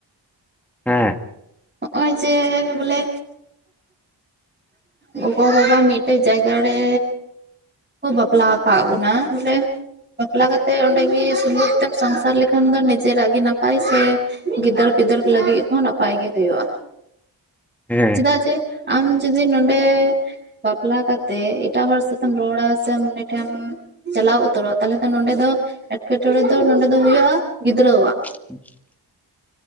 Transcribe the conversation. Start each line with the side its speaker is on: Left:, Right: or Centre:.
Centre: ᱦᱮᱸ
Right: ᱚᱸᱭ ᱡᱮ ᱵᱚᱞᱮ ᱜᱚᱜᱚᱼᱵᱟᱵᱟ ᱢᱤᱫᱴᱮᱡ ᱡᱟᱭᱜᱟ ᱲᱮ ᱠᱚ ᱵᱟᱯᱞᱟᱣ ᱠᱟᱜ ᱵᱚᱱᱟ ᱵᱚᱞᱮ ᱵᱟᱯᱞᱟ ᱠᱟᱛᱮᱜ ᱚᱸᱰᱮ ᱜᱮ ᱥᱩᱞᱩᱠ ᱛᱮᱢ ᱥᱚᱝᱥᱟᱨ ᱞᱮᱠᱷᱟᱱ ᱫᱚ ᱱᱤᱡᱮᱨᱟᱜ ᱜᱮ ᱱᱟᱯᱟᱭ ᱥᱮ ᱜᱤᱫᱟᱹᱨ ᱯᱤᱫᱟᱹᱨ ᱞᱟᱹᱜᱤᱜ ᱦᱚᱸ ᱱᱟᱯᱟᱭ ᱜᱮ ᱦᱩᱭᱩᱜᱼᱟ᱾
Centre: ᱦᱮᱸ
Right: ᱪᱮᱫᱟᱜ ᱡᱮ ᱟᱢ ᱡᱩᱫᱤ ᱱᱚᱸᱰᱮ ᱵᱟᱯᱞᱟ ᱠᱟᱛᱮᱜ ᱮᱴᱟᱜ ᱦᱚᱲ ᱥᱟᱛᱮᱢ ᱨᱚᱲᱟ ᱥᱮ ᱩᱱᱤ ᱴᱷᱮᱢ ᱪᱟᱞᱟᱣ ᱩᱛᱟᱹᱨᱚᱜᱼᱟ ᱛᱟᱞᱦᱮ ᱛᱚ ᱱᱚᱸᱰᱮ ᱫᱚ ᱮᱸᱴᱠᱮᱴᱚᱬᱮ ᱫᱚ ᱱᱚᱸᱰᱮ ᱫᱚ ᱦᱩᱭᱩᱜᱼᱟ ᱜᱤᱫᱽᱨᱟᱹᱣᱟᱜ᱾
Centre: <inaudible>